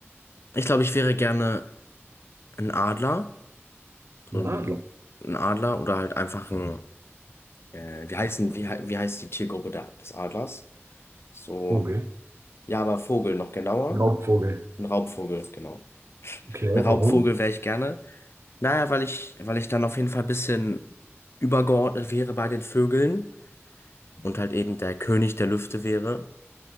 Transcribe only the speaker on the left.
ich glaube, ich wäre gerne ein Adler. So
ein,
ein Adler oder halt einfach ein, äh, wie heißen, wie, hei- wie heißt die Tiergruppe da, des Adlers? So,
ja, aber Vogel noch genauer.
Ein Raubvogel, genau. <laughs>
Ein Raubvogel
wäre ich gerne. Naja, weil ich, weil ich dann auf jeden Fall ein bisschen übergeordnet wäre bei den Vögeln. und halt eben der König der Lüfte wäre.